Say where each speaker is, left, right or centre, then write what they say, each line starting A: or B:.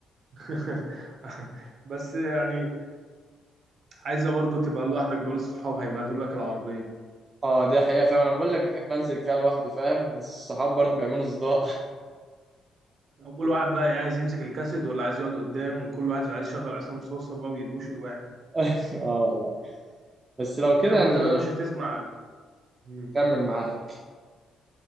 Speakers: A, on the right; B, on the right.
A: <laughs> بس يعني عايزه برضو تبقى لوحدك بلا صحاب هيبهدلوا لك العربيه
B: اه دي حقيقة فاهم انا بقول لك بحب انزل كده لوحدي فاهم الصحاب برضه بيعملوا صداع
A: كل واحد بقى عايز يمسك الكاسيت ولا عايز يقعد قدام وكل واحد عايز يشغل عصام صوصه بقى ويدوشوا الواحد
B: <laughs> اه والله بس لو كده
A: انما
B: يعني
A: انت بقى مش هتسمع مم.
B: كمل معاك